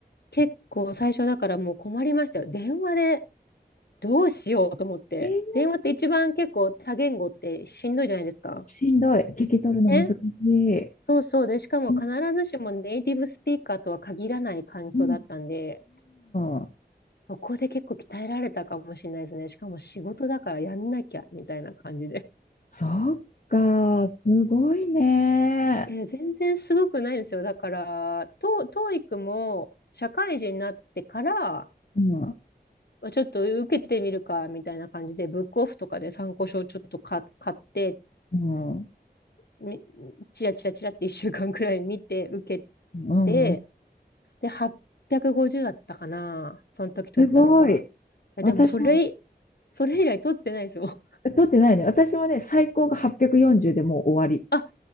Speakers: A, on the left; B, on the left.
A: 結構最初だからもう困りましたよ。電話でどうしようと思って。
B: えー
A: 電話って一番結構多言語ってしんどいじゃないですか。
B: しんどい。聞き取るの難しい。
A: ね。そうそう。で、しかも必ずしもネイティブスピーカーとは限らない環境だったんで、
B: うん、うん、うん。
A: そこで結構鍛えられたかもしれないですね。しかも仕事だからやんなきゃみたいな感じで。
B: そっか、すごいね。
A: いや、全然すごくないですよ。だから、ト、t o も社会人になってから、
B: うん、
A: ちょっと受けてみるか、みたいな感じで、ブックオフとかで参考書をちょっとか買って、
B: うん、う
A: みチラチラチラって1 <laughs> 週間くらい見て受け
B: ん、
A: て、
B: うん
A: で、850だったかな、その時取ったのが。
B: すごい。
A: えでも、
B: 私も、
A: それ、それ以来取ってないですよ。
B: す取ってないね。私もね、最高が840でもう終わり。
A: <laughs> あ、